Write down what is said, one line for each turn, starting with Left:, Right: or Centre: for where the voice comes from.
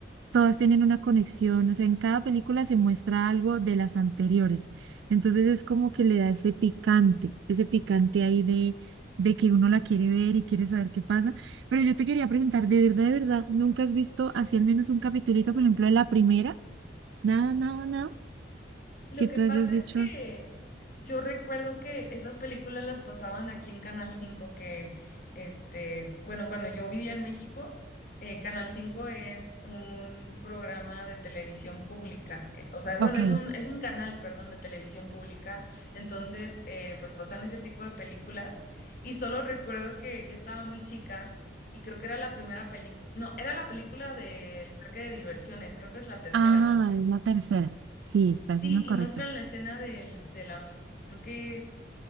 Right: todos tienen una conexión, o sea, en cada película se muestra algo de las anteriores. Entonces es como que le da ese picante, ese picante ahí de, de que uno la quiere ver y quiere saber qué pasa. Pero yo te quería preguntar, ¿de verdad, de verdad, nunca has visto así al menos un capitulito, por ejemplo, de la primera? Nada, nada, nada,
Left: Lo
Right: que
Left: que
Right: tú
Left: pasa
Right: hayas dicho,
Left: es que Yo recuerdo que esas películas las pasaban aquí en Canal cinco que, este, bueno, cuando yo vivía en México, eh, Canal cinco es un programa de televisión pública, eh, o sea, bueno,
Right: ok,
Left: es un, es un canal, perdón, de televisión pública, entonces, eh, pues pasan ese tipo de películas y solo recuerdo que yo estaba muy chica y creo que era la primera película, no, era la película del parque de diversiones, creo que es la tercera,
Right: ah,
Left: ¿no?
Right: es la tercera. Sí, estás
Left: Sí,
Right: en lo
Left: y
Right: correcto.
Left: muestran la escena del, de la, creo que